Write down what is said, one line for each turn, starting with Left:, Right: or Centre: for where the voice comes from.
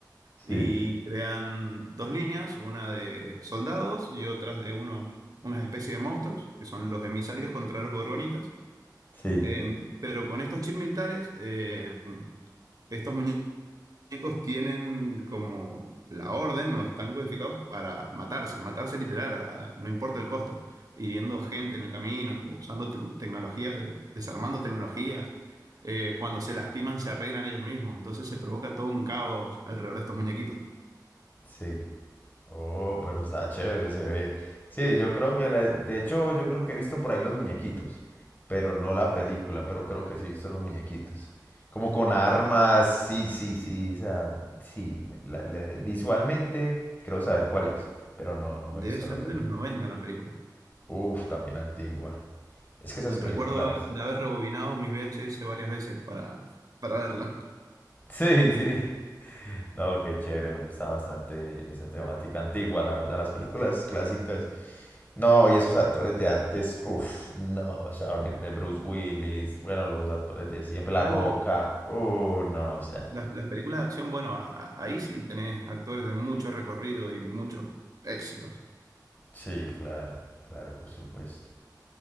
Left: Sí,
Right: y crean dos líneas, una de soldados y otras de unos, unas especies de monstruos, que son los emisarios contra los gorgonitas.
Left: sí,
Right: Eh, pero con estos chips militares, eh, estos muñecos tienen como la orden o están codificados para matarse, matarse literal, a- no importa el costo, hiriendo gente en el camino, usando te- tecnologías, desarmando tecnologías. Eh, cuando se lastiman, se arreglan ellos mismos. Entonces se provoca todo un caos alrededor de estos muñequitos.
Left: sí. Oh, pero está chévere, se ve. Sí, yo creo que, la- de hecho, yo creo que he visto por ahí los muñequitos, pero no la película, pero creo que sí he visto los muñequitos. Como con armas, sí, sí, sí, o sea, sí, me- la- le- visualmente creo saber cuál es, pero no, no
Right: Debe
Left: me he visto
Right: ser
Left: la película.
Right: de los 90 la película.
Left: Uf, también antigua. Es que esas
Right: Recuerdo
Left: películas...
Right: de haber rebobinado mis VHS varias veces para, para verla.
Left: Sí, sí. No, qué chévere, me gusta bastante esa temática antigua, la verdad, las películas clásicas. No, y esos actores de antes, uff, no, o sea, Bill- eh, Bruce Willis, bueno, los actores de siempre, La
Right: Uh.
Left: Roca, oh, no, o sea,
Right: Las, las películas de acción, bueno, a- ahí sí tenés actores de mucho recorrido y muchos éxitos.
Left: sí, claro, claro, por supuesto.